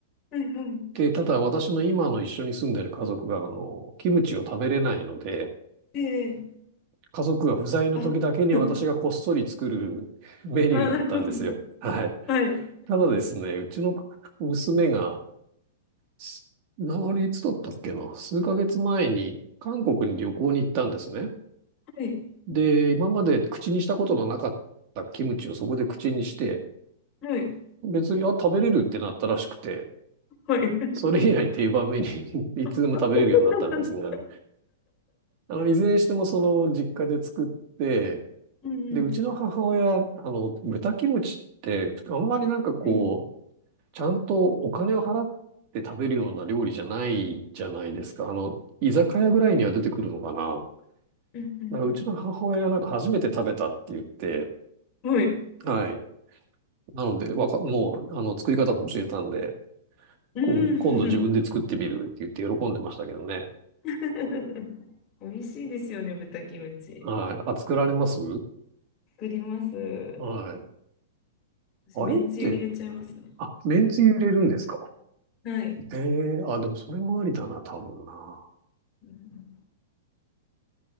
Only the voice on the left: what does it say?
はい、はい、
ええ
あ、<laughs> あ、なるほど。
はい、
はい。
はい。
はい。
<laughs>
うんうん。
はい。
うんうん
うんはい。
うん。
<laughs> 美味しいですよね、豚キムチ。
作ります。
私、
めんつゆ入れちゃいますね。
はい。
うん